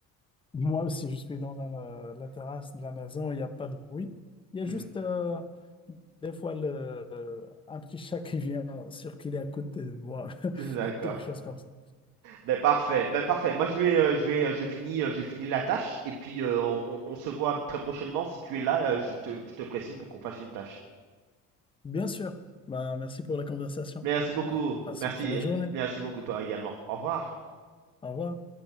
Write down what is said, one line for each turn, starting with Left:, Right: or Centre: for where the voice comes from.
Left: Moi aussi, je suis dans un, euh, la terrasse de la maison, il n'y a pas de bruit. Il y a
Right: Mhm.
Left: juste euh, des fois le, euh, un petit chat qui vient circuler à côté de moi,
Right: <laughs> D'accord.
Left: <laughs> quelque chose comme ça.
Right: Ben parfait. Ben parfait. Moi, je vais, euh, je vais, euh, je finis, euh, je finis la tâche et puis euh, on, on- on se voit très prochainement. Si tu es là, euh, je te, je te ferai signe pour qu'on fasse une tâche.
Left: Bien sûr. Ben, merci pour la conversation.
Right: Merci beaucoup.
Left: Passe
Right: Merci,
Left: une très belle journée.
Right: merci beaucoup toi également. Au revoir.
Left: Au revoir.